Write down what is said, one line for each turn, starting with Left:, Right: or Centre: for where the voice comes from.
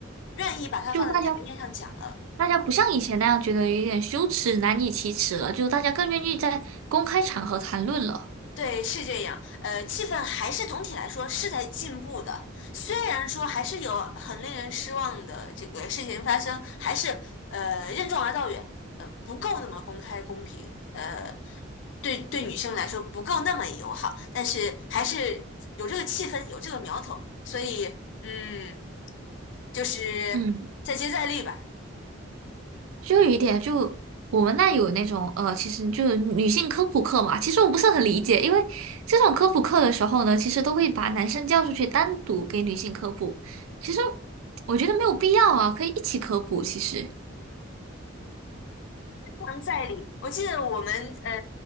Left: 愿意把它放在台面上讲了。
Right: 就大家大家不像以前那样觉得有点羞耻、难以启齿了，就大家更愿意在公开场合谈论了。
Left: 对，是这样。呃，气氛还是总体来说是在进步的，虽然说还是有很令人失望的这个事情发生，还是呃任重而道远，呃不够那么公开公平，呃对对女生来说不够那么友好，但是还是有这个气氛，有这个苗头，所以嗯，就是再接再厉吧。
Right: 嗯。就有一点，就我们那有那种呃，其实就是女性科普课嘛。其实我不是很理解，因为这种科普课的时候呢，其实都会把男生叫出去单独给女性科普。其实我觉得没有必要啊，可以一起科普。其实，
Left: 常在理。我记得我们呃，